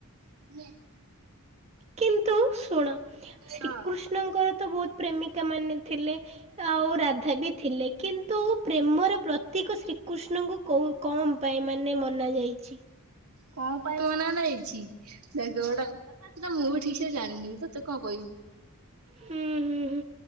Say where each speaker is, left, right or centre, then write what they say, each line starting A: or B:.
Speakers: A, on the right; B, on the right.
A: <unintelligible>
B: କିନ୍ତୁ ଶୁଣ। ଶ୍ରୀକୃଷ୍ଣଙ୍କର
A: ହଁ।
B: ତ ବହୁତ ପ୍ରେମିକା ମାନେ ଥିଲେ ଆଉ ରାଧା ବି ଥିଲେ, କିନ୍ତୁ ପ୍ରେମର ପ୍ରତୀକ ଶ୍ରୀକୃଷ୍ଣଙ୍କୁ କୋଉ କମ୍ ପାଇଁ ମାନେ ମନା ଯାଇଛି।
A: କଣ ପାଇଁ ମନା ନେଇଛି। ଦେଖ ଗୋଟେ କଥା ସେଟା ମୁଁ ବି ଠିକ ସେ ଜାଣିନି ତତେ କଣ କହିବି।
B: ହୁଁ ହୁଁ। ଉଁ ହୁଁ